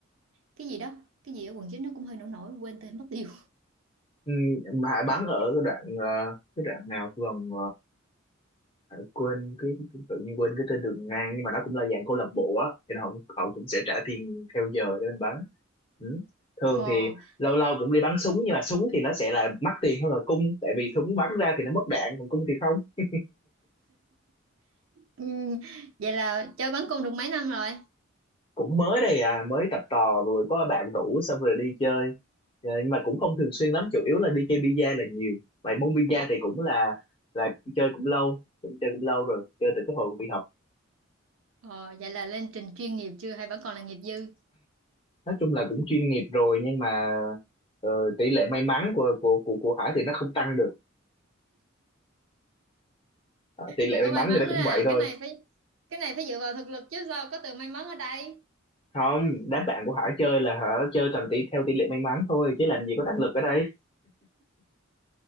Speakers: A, on the right; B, on the left.
A: cái gì đó? Cái gì ở quận 9 nó cũng hơi nổi nổi quên tên mất tiêu.
B: ừ, Hải bắn ở cái đoạn ờ, cái đoạn nào gần ờ, quên cái tự nhiên quên cái tên đường ngang nhưng mà nó cũng là dạng câu lạc bộ á thì họ họ cũng sẽ trả tiền theo giờ để mình bắn ừ. thường
A: Ồ.
B: thì lâu lâu cũng đi bắn súng nhưng mà súng thì nó sẽ là mắc tiền hơn là cung tại vì súng bắn ra thì nó mất đạn còn cung thì không
A: Ừ, vậy là chơi bắn cung được mấy năm rồi?
B: cũng mới đây à mới tập tò vừa có bạn rủ xong rồi đi chơi Ờ, nhưng mà cũng không thường xuyên lắm chủ yếu là đi chơi bi-a là nhiều vậy môn bi-a thì cũng là là chơi cũng lâu cũng chơi cũng lâu rồi chơi từ cái hồi đi học
A: Ờ, vậy là lên trình chuyên nghiệp chưa hay vẫn còn là nghiệp dư?
B: nói chung là cũng chuyên nghiệp rồi nhưng mà ờ, tỷ lệ may mắn của của của của Hải thì nó không tăng được Ờ, tỷ lệ
A: Cũng
B: may
A: có
B: mắn
A: may mắn
B: thì nó
A: nữa
B: cũng
A: à,
B: vậy thôi
A: cái này phải cái này phải dựa vào thực lực chứ sao có từ may mắn ở đây.
B: không đám bạn của Hải chơi là hả chơi toàn tỷ theo tỷ lệ may mắn thôi chứ làm gì có năng lực ở đây